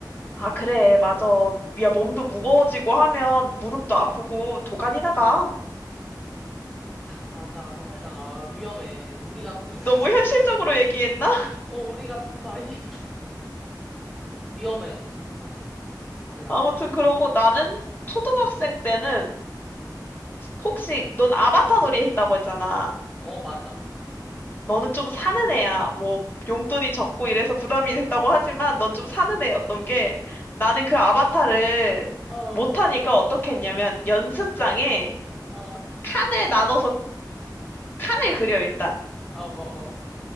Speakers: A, on the left; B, in the centre.
A: 아, 그래, 맞아. 야, 몸도 무거워지고 하면 무릎도 아프고 도가니 나가.
B: 맞아, 도가니나가 아, 위험해. 우리 같은, <laughs>
A: 너무 현실적으로 얘기했나?
B: 어, 우리 같은 나이. <laughs> 위험해, 진짜. 도가니나가.
A: 아무튼 그러고 나는
B: 어,
A: 초등학생 때는 혹시 넌 아바타 놀이 했다고 했잖아.
B: 어, 맞아.
A: 너는 좀 사는 애야. 뭐 용돈이 적고 이래서 부담이 됐다고 하지만 넌 좀 사는 애였던 게 나는 그 아바타를
B: 어,
A: 못하니까
B: 어,
A: 어떻게 했냐면 연습장에
B: 어,
A: 칸을 나눠서 칸을 그려 일단.
B: 어, 어.